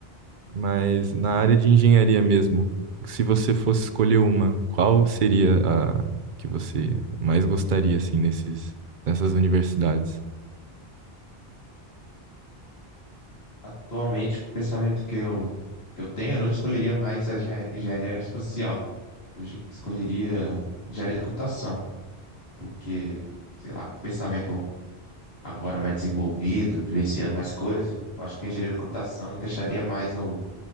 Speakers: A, on the right (about 55°); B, on the left (about 80°).
A: Mas na área
B: Sim.
A: de engenharia mesmo, se você fosse escolher uma, qual seria a que você mais gostaria assim nesses nessas universidades?
B: Atualmente, com o pensamento que eu, que eu tenho, eu não escolheria mais a engenha- engenharia aeroespacial. Eu ge- escolheria engenharia da computação, porque, sei lá, com o pensamento agora mais desenvolvido, vivenciando mais coisas, eu acho que a engenharia da computação encaixaria mais no,